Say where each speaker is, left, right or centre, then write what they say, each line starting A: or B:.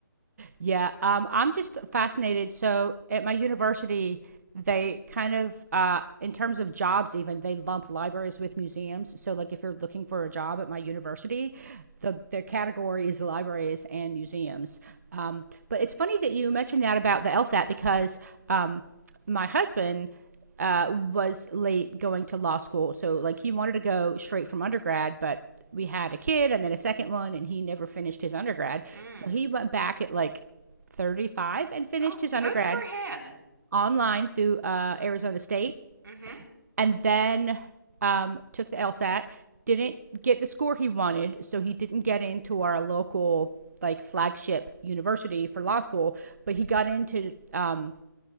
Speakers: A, on the right; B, on the right.
A: Yeah, um, I'm just fascinated. So at my university, they kind of, uh, in terms of jobs, even they lump libraries with museums. So like if you're looking for a job at my university, the their category is libraries and museums. Um, but it's funny that you mentioned that about the LSAT because um, my husband. Uh, was late going to law school. So, like, he wanted to go straight from undergrad, but we had a kid and then a second one and he never finished his undergrad
B: Mm.
A: so he went back at like 35 and finished
B: Oh,
A: his undergrad
B: good for him.
A: online through uh, Arizona State
B: mm Mhm.
A: and then um, took the LSAT. Didn't get the score he wanted, so he didn't get into our local like flagship university for law school, but he got into um,